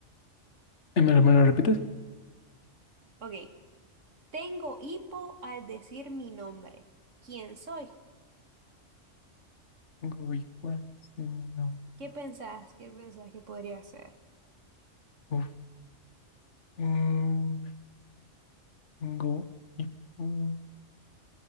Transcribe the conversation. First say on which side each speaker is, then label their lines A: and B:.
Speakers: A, on the left (about 70°); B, on the right (about 80°).
A: ¿Y me lo, me lo repites?
B: Ok. Tengo hipo al decir mi nombre. ¿Quién soy?
A: Uy, pues, sí, no.
B: ¿Qué pensás? ¿Qué pensás que podría ser?
A: Uf. Mm. Go y pu-